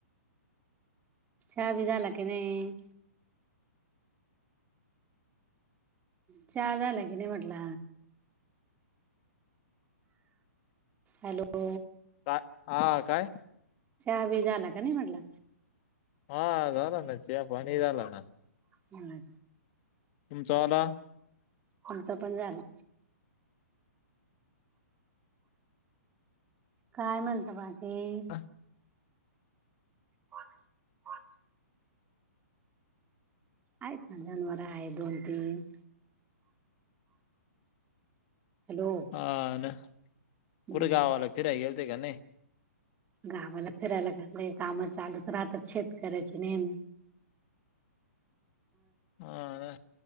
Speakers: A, on the right; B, on the left.
A: हा बी झाला की नाही चचा झालं की नाही म्हटलं हॅलो
B: काय हा काय
A: चहा बी झाला का नाही म्हटला
B: हा अला ना चे पणीदाला ना
A: हम्
B: तुमचा आला
A: आमचं पण झालं काय म्हणत भाजी
B: ह
A: हा हा आहेत का ना जनवरवर आहे दोन तीन हॅलो
B: आ ना
A: हम्म.
B: कुठ गावाला फिराय गेलते काय नाही?
A: गावाला फिरायला कसलं ये काम चालूच राहतात शेतकऱ्याची मी
B: हा ना